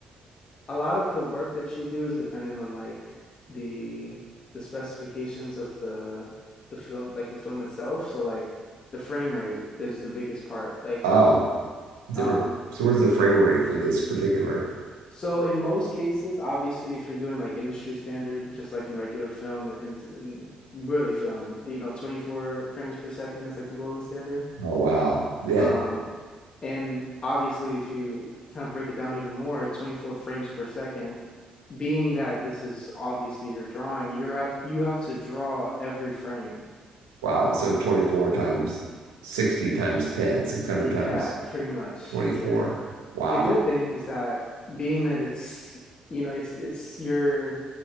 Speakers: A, on the left; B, on the right.
A: a lot of the work that you do is dependent on like the the specifications of the the film, like the film itself. So like the frame rate is the biggest part. Like
B: Oh, different.
A: um,
B: So where's the frame rate for this particular?
A: So in most cases, obviously, if you're doing like industry standard, just like in regular film and, and, and really film, you know, 24 frames per second is like the golden standard.
B: Oh, wow. Yeah.
A: Um, and obviously, if you kind of break it down even more, 24 frames per second, being that this is obviously your drawing, you're ha you have to draw every frame.
B: Wow. So 24 times 60 times ten, six hundred
A: Yeah,
B: times
A: pretty much.
B: 24.
A: Yeah.
B: Wow.
A: the good thing is that being that it's you know it's it's your